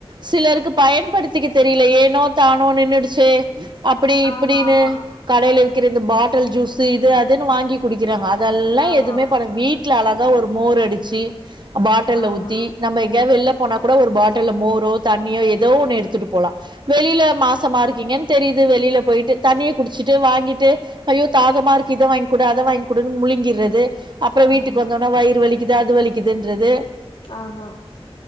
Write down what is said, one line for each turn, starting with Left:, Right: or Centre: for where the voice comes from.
Right: சிலருக்கு பயன்படுத்திக்க தெரில ஏனோ தானோ நின்னுடுச்சே அப்புடி இப்புடீன்னு
Left: ஆமா ஆமா
Right: கடேல விக்கிற இந்த பாட்டல் ஜூஸு இது அதுன்னு வாங்கி குடிக்கிறாங்க அ தெல்லா
Left: ஆமா
Right: எதுமே பண்ண வீட்ல அழகா ஒரு மோர் அடிச்சு பாட்டல்ல
Left: ஆமா
Right: ஊத்தி நம்ம எங்க்யா வெள்ல போனா கூட ஒரு பாட்டில்ல மோரோ தண்ணியோ எதோ ஒண்ணு எடுத்துட்டு போலா வெளில மாசமா இருக்கீங்கன் தெரிது வெளில போய்ட்டு தண்ணிய குடிச்சுட்டு வாங்கிட்டு ஐயோ தாகமா இருக்கு இத வாய்ங்குடு அத வாய்ங்குடுன் முள் ளிங்கிறது அப்புறோ வீட்டுக்கு
Left: ஆமா
Right: வந்தோன வயிறு வலிக்குது அது வலிக்குதுன்றது
Left: ஆமா